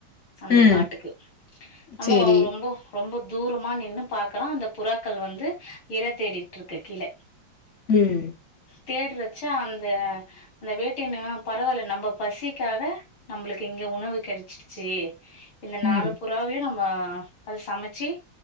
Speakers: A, on the left (about 80°); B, on the left (about 60°).
A: அந்த
B: ம்.
A: காட்டுக்கு நம்மோ
B: சரி.
A: ரொம்போ ரொம்ப தூரமா நின்னு பாக்குறா அந்த புறாக்கள் வந்து இற தேடிட்டு இருக்கு கீழ
B: ம்
A: தேடுறச்ச அந்த அந்த வேட்டையனு பரவாயில்ல நம்ம பசிக்காக நம்மளுக்கு இங்க உணவு கெடச்சிடுச்சு இந்த
B: ம்.
A: நாலு புறாவையு நம்ம அது சமைச்சி